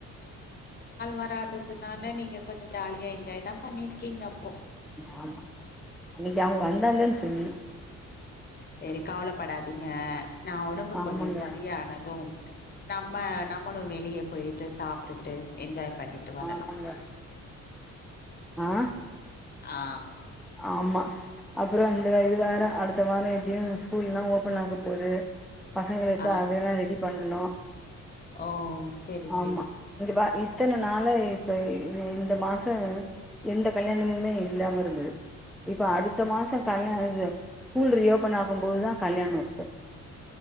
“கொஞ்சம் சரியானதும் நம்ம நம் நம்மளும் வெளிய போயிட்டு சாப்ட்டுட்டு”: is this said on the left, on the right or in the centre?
Left